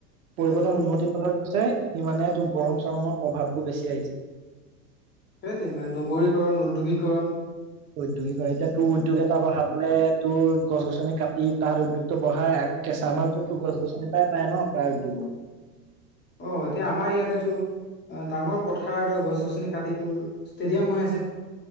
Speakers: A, on the left; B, on the right.
A: সেইটোতো
B: পৰিৱৰ্তন উন্নতি পথত গৈছে সিমানে টোৰ গৰম চৰমৰ প্ৰভাৱ বোৰ বেছি আহিছে
A: সেইট ইমান নগৰীকৰণ উদ্যোগীকৰণ
B: উদ্যোগিকৰে এতিয়া তোৰ উদ্যোগ এটা বহাবলৈ তোৰ গছ গছনি কাটি তাত উদ্যোগটো বহাই কেঁচা মালটোতো গছ গছনিৰ পৰাই পায় ন প্ৰায় উদ্যোগৰ
A: অ এতিয়া আমাৰ ইয়াতে তোৰ ডাঙৰ পথাৰ দ গছ গছনি কাটি তোৰ ষ্টেডিয়াম বনাইছে